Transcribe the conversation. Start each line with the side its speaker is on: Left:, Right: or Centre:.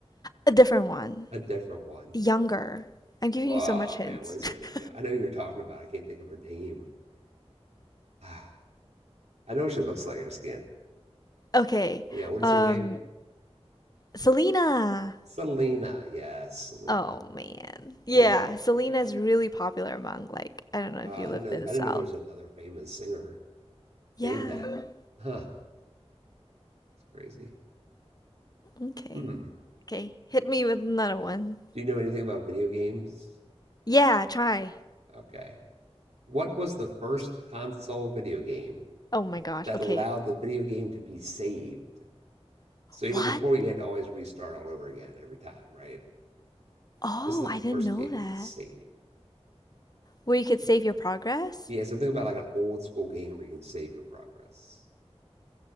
Left: A different one,
Right: A different one.
Left: younger. I'm giving
Right: Oh,
Left: you so much hints.
Right: man, what is her name?
Left: <laughs>
Right: I know you're talking about. I can't think of her name. Ah, I know what she looks like. I just can't.
Left: Okay.
Right: Yeah, what is
Left: Um,
Right: her name?
Left: Selena.
Right: Selena. Yes, Selena.
Left: Oh man. Yeah,
Right: Man,
Left: Selena
Right: yeah.
Left: is really popular among like I don't know
Right: Uh,
Left: if you
Right: I didn't
Left: lived
Right: know.
Left: in the
Right: I
Left: South.
Right: didn't know there was another famous singer
Left: Yeah.
Right: named that. Huh. That's crazy.
Left: Okay.
Right: Hmm.
Left: Okay. Hit me with another one.
Right: Do you know anything about video games?
Left: Yeah, try.
Right: Okay. What was the first console video game
Left: Oh my gosh.
Right: that
Left: Okay.
Right: allowed the video game to be saved? So you
Left: What?
Right: know, before you had to always restart all over again every time, right?
Left: Oh,
Right: This is the
Left: I didn't
Right: first
Left: know
Right: game
Left: that.
Right: you can save.
Left: Where you could save your progress?
Right: Yeah, so think about like an old school game where you can save your progress.